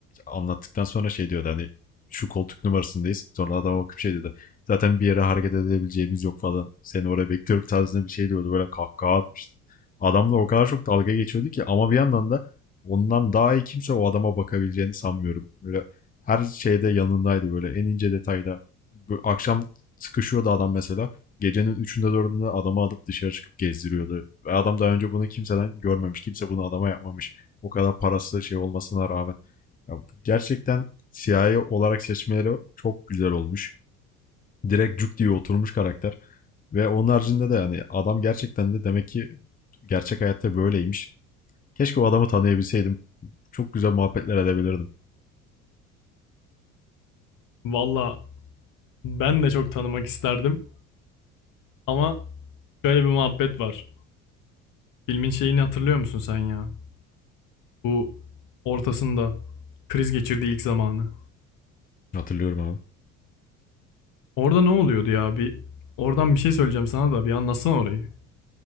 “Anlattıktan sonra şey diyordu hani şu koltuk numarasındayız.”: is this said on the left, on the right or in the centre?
Left